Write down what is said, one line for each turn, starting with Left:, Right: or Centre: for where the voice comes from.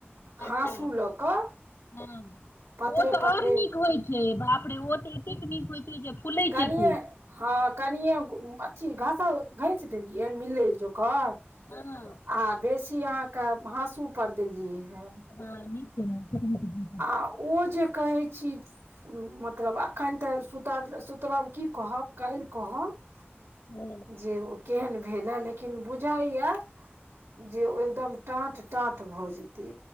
Right: हासू
Left: अच्छा
Right: लऽ कऽ
Left: हँ
Right: पातरे
Left: ओ तऽ
Right: पातरे
Left: आओर नीक होइ बाप रे ओ तऽ ओतेक नीक होय छै जे फुलै
Right: कनिए
Left: छै खूब
Right: हँ कनिए अथी घासा घैंसि देलियै मिलै जोकर
Left: हँ
Right: आ बेसी अहाँके हाँसू पर देलियै हे
Left: हँ नीके केलियै
Right: आ ओ जे कहै छी मतलब अखन तऽ सुत सुतरब की कहब काल्हि कहब
Left: हूँ
Right: जे ओ केहन भेल हे लेकिन बुझै या जे एकदम टाट टाट भऽ जेतै